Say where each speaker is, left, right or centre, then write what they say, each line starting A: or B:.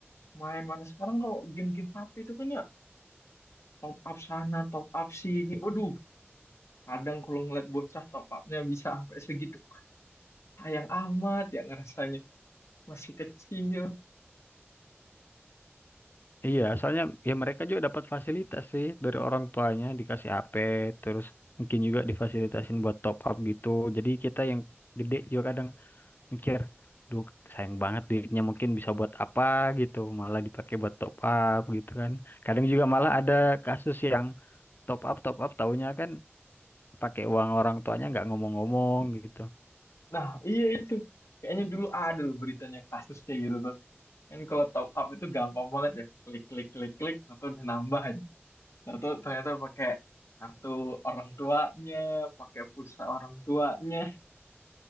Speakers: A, on the left; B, on the left.
A: main mana sekarang kalau game-game HP itu kan ya top up sana, top up sini. Waduh, kadang kalau ngeliat bocah top upnya bisa sampai segitu. Sayang amat ya ngerasanya. Masih kecil.
B: Iya, soalnya ya mereka juga dapat fasilitas sih dari orang tuanya dikasih HP, terus mungkin juga difasilitasin buat top up gitu. Jadi kita yang gede juga kadang mikir duh sayang banget duitnya mungkin bisa buat apa gitu malah dipakai buat top up gitu kan kadang juga malah ada kasus yang top up top up taunya kan pakai uang orang tuanya nggak ngomong-ngomong gitu
A: Nah, iya itu. Kayaknya dulu ada loh beritanya kasus kayak gitu tuh. Kan kalau top up itu gampang banget ya. Klik, klik, klik, klik. Atau udah nambah aja. Nah, ternyata pakai kartu orang tuanya, pakai pulsa orang tuanya.